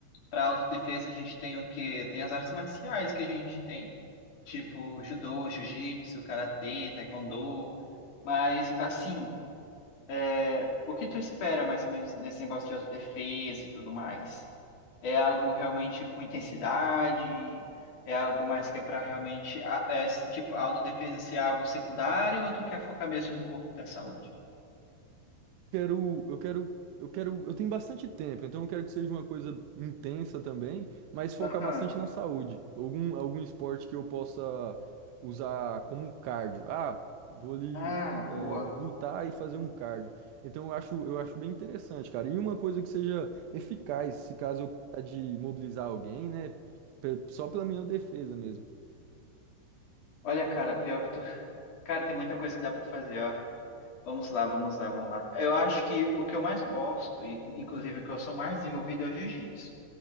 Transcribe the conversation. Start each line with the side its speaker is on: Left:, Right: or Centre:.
Left: Pra autodefesa a gente tem o quê? Tem as artes marciais que a gente tem, tipo judô, jiu-jitsu, karatê, taekwondo. Mas, assim, é, o que tu espera mais ou menos nesse negócio de autodefesa e tudo mais? É algo realmente com intensidade? É algo mais que é pra realmente, a- é, tipo, a autodefesa ser algo secundário ou tu quer focar mesmo no corpo e da saúde?
Right: quero, eu quero, eu quero, eu tenho bastante tempo, então eu quero que seja uma coisa intensa também, mas focar
Left: Aham.
Right: bastante na saúde. Algum, algum esporte que eu possa usar como um cardio. Ah, vou ali,
Left: Ah,
Right: é,
Left: boa.
Right: lutar e fazer um cardio. Então eu acho, eu acho bem interessante, cara. E uma coisa que seja eficaz, se caso eu precisar de mobilizar alguém, né? pe- Só pela minha defesa mesmo.
Left: Olha, cara, pior que tu. <laughs> Cara, tem muita coisa que dá pra fazer, ó. Vamos lá, vamos lá, vamos lá. Eu acho que o que eu mais gosto, e inclusive o que eu sou mais desenvolvido é o jiu-jitsu.